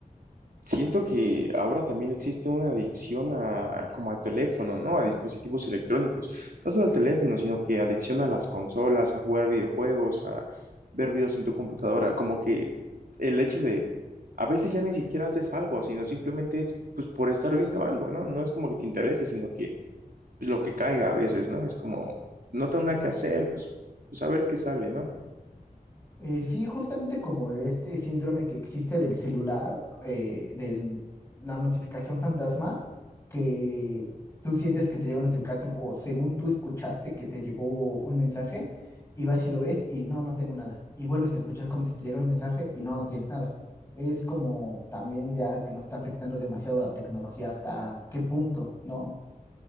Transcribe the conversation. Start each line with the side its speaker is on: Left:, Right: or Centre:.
Right: siento que ahora también existe una adicción a, como al teléfono, ¿no? A dispositivos electrónicos. No solo al teléfono, sino que adicción a las consolas, a jugar videojuegos, a ver videos en tu computadora. Como que el hecho de, a veces ya ni siquiera haces algo, sino simplemente es, pues, por estar viendo algo, ¿no? No es como que te interese, sino que pues, lo que caiga a veces, ¿no? Es como, no tengo nada que hacer, pues, pues a ver qué sale, ¿no?
Left: Eh, sí, justamente como este síndrome que existe del celular, eh, de la notificación fantasma, que tú sientes que te llega una notificación o según tú escuchaste que te llegó un mensaje y vas y lo ves y no, no tengo nada. Y vuelves a escuchar como si te llegara un mensaje y no, no tienes nada. Es como también ya que nos está afectando demasiado la tecnología hasta qué punto, ¿no?